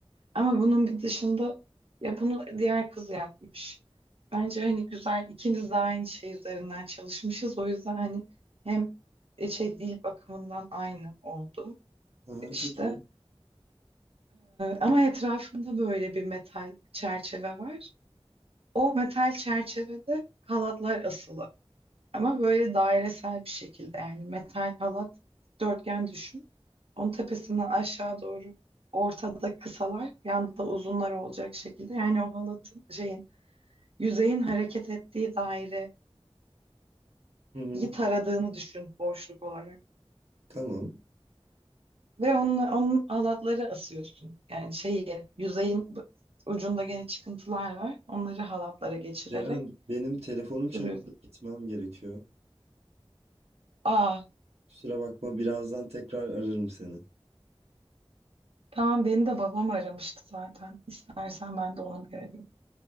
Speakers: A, on the right; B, on the right.
A: Ama bunun bir dışında ya bunu diğer kız yapmış. Bence hani güzel ikimiz de aynı şey üzerinden çalışmışız. O yüzden hani hem e, şey dil bakımından aynı oldu
B: Aha,
A: işte.
B: çok iyi.
A: Ama etrafında böyle bir metal çerçeve var. O metal çerçevede halatlar asılı. Ama böyle dairesel bir şekilde yani metal halat dörtgen düşün. Onun tepesinden aşağı doğru ortada kısalar, yanda uzunlar olacak şekilde. Yani o halatın şeyin yüzeyin hareket ettiği daireyi
B: Hı hı.
A: taradığını düşün boşluk olarak.
B: Tamam.
A: Ve onunla, onun halatları asıyorsun. Yani şeyi yüzeyin b- ucunda gene çıkıntılar var. Onları halatlara geçirerek
B: Ceren benim telefonum çalıyor
A: duruyorsun.
B: da gitmem gerekiyor.
A: Aa
B: Kusura bakma birazdan tekrar ararım seni.
A: tamam beni de babam aramıştı zaten. İstersen ben de onu bir arayayım.